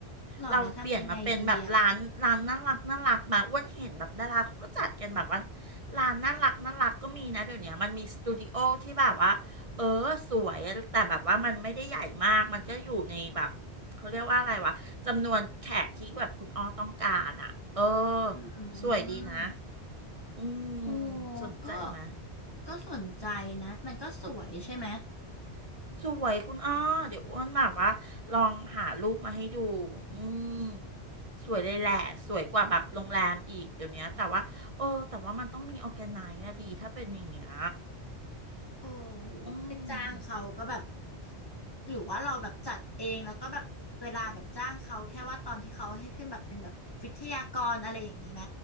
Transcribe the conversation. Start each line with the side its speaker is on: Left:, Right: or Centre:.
Left: หรอแล้วทำยังไงดีอ่ะ
Right: เราเปลี่ยนมาเป็นแบบร้านร้านน่ารักน่ารักมาอ้วนเห็นแบบดาราเขาก็จัดกันแบบว่าร้านน่ารักน่ารักก็มีนะเดี๋ยวเนี้ยมันมีสตูดิโอที่แบบว่าเออสวยแต่แบบว่ามันไม่ได้ใหญ่มากมันก็อยู่ในแบบเขาเรียกว่าอะไรวะจำนวนแขกที่แบบคุณอ้อต้องการอ่ะเออ
Left: อื
Right: สวยดีนะ
Left: ม
Right: อืม
Left: โอ้
Right: สนใจไหม
Left: ก็ก็สนใจนะมันก็สวยใช่ไหม
Right: สวยคุณอ้อเดี๋ยวอ้วนแบบว่าลองหารูปมาให้ดู อืมสวยเลยแหละสวยกว่าแบบโรงแรมอีกเดี๋ยวเนี้ยแต่ว่าเออแต่ว่ามันต้องมีออร์แกไนซ์อะดีถ้าเป็นอย่างเงี้ย
Left: โอ้หรือว่าก็ไปจ้างเขาก็แบบ
Right: อืม
Left: หรือว่าเราแบบจัดเองแล้วก็แบบเวลาแบบจ้างเขาแค่ว่าตอนที่เขาให้ขึ้นแบบเป็นแบบวิทยากรอะไรอย่างนี้ไหม